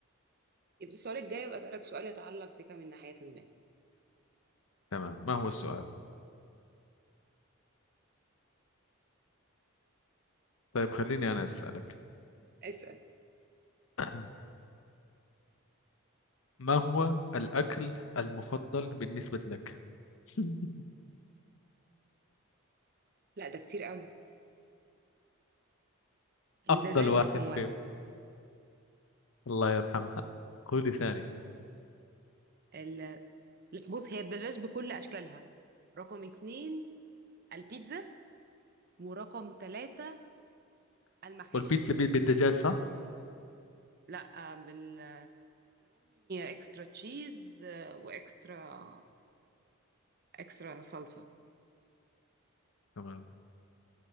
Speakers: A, on the right; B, on the left.
A: يبقى السؤال الجاي ابقى اسالك سؤال يتعلق بك من ناحيه ما
B: تمام ما هو السؤال طيب خليني أنا أسألك
A: اسال
B: <clears throat> ما هو الأكل المفضل بالنسبة لك <laughs>
A: لا ده كتير قوي
B: أفضل
A: الدجاج
B: واحد
A: رقم
B: فيهم
A: واحد
B: الله يرحمها قولي ثاني
A: ال- بص هي الدجاج بكل أشكالها رقم اتنين البيتزا ورقم تلاتة
B: <laughs>
A: المحاشي
B: والبيتزا بال- بالدجاج صح
A: لا آه، بالبيبروني اكسترا تشيز آه، واكسترا اكسترا صلصة
B: تمام